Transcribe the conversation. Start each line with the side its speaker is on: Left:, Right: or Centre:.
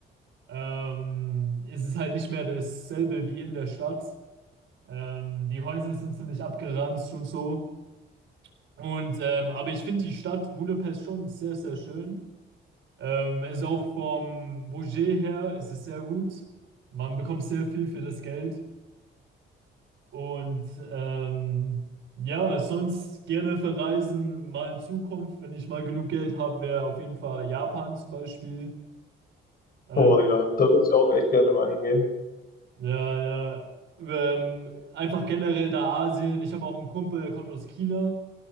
Right: ähm, ist es halt nicht mehr dasselbe wie in der Stadt. Ähm, die Häuser sind ziemlich abgeranzt und so. Und ähm, aber ich finde die Stadt Budapest schon sehr, sehr schön. Ähm, ist auch vom Budget her ist es sehr gut. Man bekommt sehr viel für das Geld. Und ähm, ja, sonst gerne verreisen, mal in Zukunft, wenn ich mal genug Geld habe, wäre auf jeden Fall Japan zum Beispiel. Ähm,
Left: Oh ja, da würde ich auch echt gerne mal hingehen.
Right: ja, ja, ähm, einfach generell da Asien. Ich habe auch einen Kumpel, der kommt aus China.